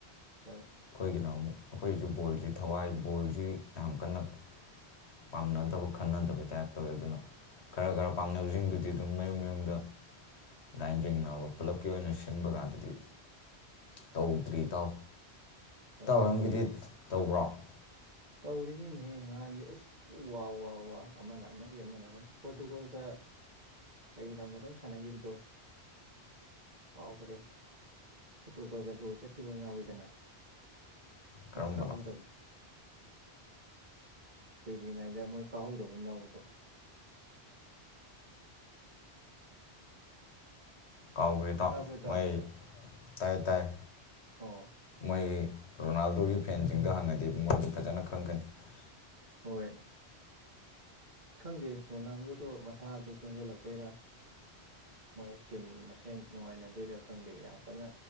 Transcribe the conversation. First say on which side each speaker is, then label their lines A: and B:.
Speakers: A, on the right (about 45°); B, on the left (about 80°).
A: ꯍꯣꯏ
B: ꯑꯩꯈꯣꯏꯒꯤꯅ ꯑꯃꯨꯛ ꯑꯩꯈꯣꯏꯁꯨ ꯕꯣꯜꯁꯤ ꯊꯋꯥꯏ ꯕꯣꯜꯁꯤ ꯌꯥꯝ ꯀꯟꯅ ꯄꯥꯝꯅꯗꯕ ꯈꯟꯅꯗꯕꯩ ꯇꯥꯏꯞ ꯇꯧꯋꯦ ꯑꯗꯨꯅ ꯈꯔ ꯈꯔ ꯄꯥꯝꯅꯕꯁꯤꯡꯗꯨꯗꯤ ꯑꯗꯨꯝ ꯃꯌꯨꯝ ꯃꯌꯨꯝꯗ ꯑꯗꯨꯗꯥꯥꯏꯟ ꯌꯦꯡꯅꯕ ꯄꯨꯂꯞꯀꯤ ꯑꯣꯏꯅ ꯁꯤꯟꯕ ꯀꯥꯟꯗꯗꯤ ꯇꯧꯗ꯭ꯔꯤ ꯏ ꯇꯥꯎ
A: ꯍꯣꯏ
B: ꯇꯧꯐꯝꯒꯤꯗꯤ ꯇꯧꯕ꯭ꯔꯣ
A: ꯇꯧꯔꯤꯅꯤꯅꯦꯍꯦ ꯅꯍꯥꯟꯁꯦ ꯑꯁ ꯋꯥ ꯋꯥ ꯋꯥ ꯑꯃꯅ ꯑꯃ ꯃꯅ ꯄꯣꯣꯔꯇꯨꯒꯣꯜ ꯀ ꯀꯩ ꯂꯝꯒꯗꯣ ꯁꯥꯟꯅꯈꯤꯕꯗꯣ ꯀꯥꯎꯈ꯭ꯔꯦ ꯑꯣꯛꯇꯣꯕꯔꯒ ꯗ꯭ꯔꯣ ꯆꯠꯈꯤꯕ ꯑꯃ ꯌꯥꯎꯋꯤꯗꯅ ꯃꯣꯏ
B: ꯀꯔꯝꯕꯅꯣ
A: ꯀꯥꯍꯨꯝꯗꯕ ꯀꯨꯏꯗ꯭ꯔꯤꯉꯩꯗ ꯃꯣꯏ ꯀꯥꯍꯧꯗꯕ ꯑꯃ ꯌꯥꯎꯕꯗꯣ
B: ꯀꯥꯎꯈ꯭ꯦꯗꯥꯎ
A: ꯇꯥꯕ꯭ꯔꯣ ꯏꯇꯥꯎ
B: ꯃꯣꯏ ꯇ ꯇꯥꯏ
A: ꯑꯣ
B: ꯃꯣꯏꯒꯤ ꯔꯣꯅꯥꯜꯗꯣꯒꯤ ꯐꯦꯟꯁꯤꯡꯗ ꯍꯪꯉꯗꯤ ꯃꯣꯏꯗ ꯐꯖꯅ ꯈꯪꯒꯅꯤ
A: ꯍꯣꯏ ꯈꯪꯗꯦ ꯔꯣꯅꯥꯜꯗꯣꯗꯣ ꯃꯁꯥꯁꯨ ꯆꯣꯟꯁꯤꯜꯂꯛꯄꯩꯔ ꯃꯣꯏ ꯇꯤꯝ ꯃꯁꯦꯟ ꯅꯨꯡꯉꯥꯏꯅꯗꯣꯏꯔꯥ ꯈꯪꯗꯦ ꯌꯥꯝ ꯀꯟꯅ